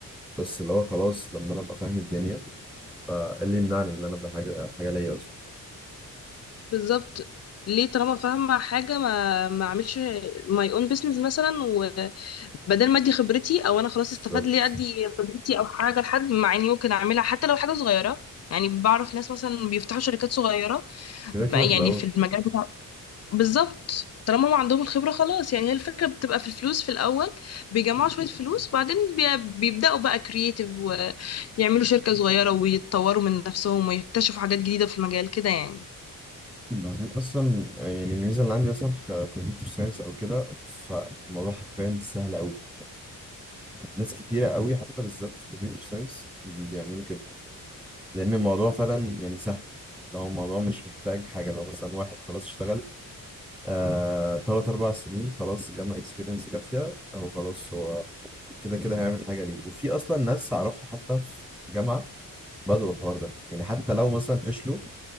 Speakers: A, in the centre; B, on the left (about 50°).
A: بس اللي هو خلاص لما انا ابقى فاهم الدنيا فاللي يمنعني من ان انا ابدا حاجه حاجه ليا اصلا
B: بالظبط ليه طالما فاهمة حاجة ما ما اعملش ماي اون بيزنس مثلا وبدل ما ادي خبرتي او انا خلاص
A: بالظبط
B: استفاد ليه ادي خبرتي او حاجة لحد مع اني ممكن اعملها حتى لو حاجة صغيرة يعني بعرف ناس مثلا بيفتحوا شركات صغيرة
A: كده كده
B: يعني
A: في الاول
B: في المجال بالظبط طالما ما عندهم الخبرة خلاص يعني هي الفكرة بتبقى في الفلوس في الأول بيجمعوا شوية فلوس بعدين بي- بيبدأوا بقى كرييتيف ويعملوا شركة صغيرة ويتطوروا من نفسهم ويكتشفوا حاجات جديدة في المجال كده يعني
A: بعدين اصلا يعني الميزه اللي عندي مثلا في كمبيوتر ساينس او كده فالموضوع حرفيا سهل قوي ناس كتيره قوي حتى بالذات في كمبيوتر ساينس بيعملوا كده لان الموضوع فعلا يعني سهل لو الموضوع مش محتاج حاجه لو مثلا واحد خلاص اشتغل آه، تلات أربع سنين خلاص جمع اكسبيرينس كافية أو خلاص هو كده كده هيعمل حاجة ليه وفي أصلا ناس أعرفها حتى في جامعة بدأوا الحوار ده يعني حتى لو مثلا فشلوا